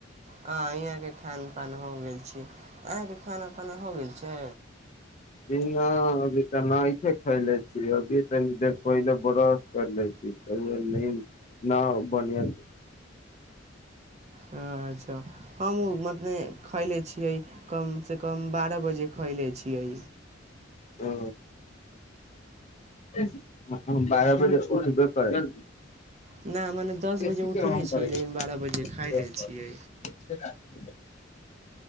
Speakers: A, on the right; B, on the left.
A: हँ इहाँके खान पान हो गेल छै अहाँके खाना ताना हो गेल छै।
B: जी नहि अभी तऽ ने खैले छीय अभी तनी देर पहिले बड़स। कर ले छी न बढ़िया।
A: अच्छा हम ओ मतने खैले छियै कमसँ कम बारह बजे। खैयले छियै।
B: ओ च बारह बजे उठबे करे।
A: नहि मने दस
B: एसी
A: बजे उठले
B: केन कर।
A: छियै लेकिन बारह बजे
B: <unintelligible>
A: खाय ले छियै